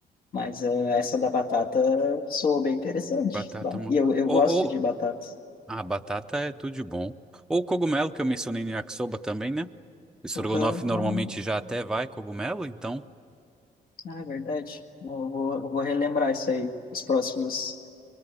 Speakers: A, on the left; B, in the centre.
A: Mas eh, essa da batata soou bem interessante.
B: Batata
A: Bah,
B: manca.
A: E eu, eu
B: Ou,
A: gosto
B: ou...
A: de batata.
B: Ah, batata é tudo de bom. Ou o cogumelo que eu mencionei no yakisoba também, né? O estrogonofe
A: Aham,
B: normalmente
A: ah,
B: já até vai cogumelo, então...
A: ah, é verdade. Vou, vou, eu vou relembrar isso aí, as próximas